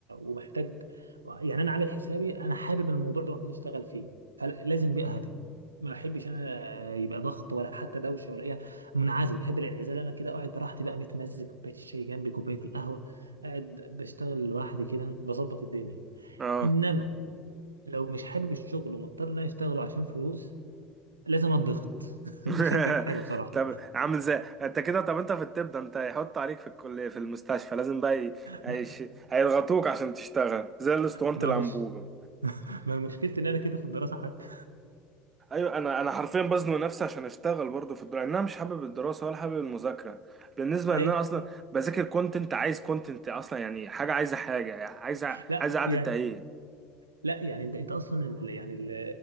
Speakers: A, on the right; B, on the right.
A: ومحتاج يعني أنا عامل حسابي أنا حابب الموضوع ده وعاوز أشتغل فيه فلازم بيئة هادية ما بحبش أنا يبقى ضغط ولا حتى دوشة ولا أي منعزل بحب الانعزال أنا كده قاعد براحتي بقى متمزج كوباية الشاي جنبي كوباية القهوة قاعد بشتغل لوحدي كده بظبط الدنيا
B: اه
A: إنما لو مش حابب الشغل ومضطر إن أنا أشتغله عشان فلوس لازم أتضغط <laughs>
B: <laughs>
A: مش هنتج حاجة بصراحة
B: طب عامل زي انت كده طب انت في الطب ده انت هيحط عليك في الكلية في المستشفى لازم بقى ي- هيش...
A: ما
B: هيضغطوك عشان تشتغل زي الاسطوانة
A: ما
B: الأنبوبة
A: هو مش ما مشكلتي ان انا كده في الدراسه حتى
B: ايوه انا انا حرفيا بزنق نفسي عشان اشتغل برضه في الدراسه انا مش حابب الدراسه ولا حابب المذاكره بالنسبه
A: <laughs> ايوه
B: ان انا اصلا بذاكر كونتنت عايز كونتنت اصلا يعني حاجه عايزه حاجه يعني عايزه
A: لا
B: عايزه قعده
A: يا
B: تهيئ
A: لا يعني انت انت اصلا اللي يعني اللي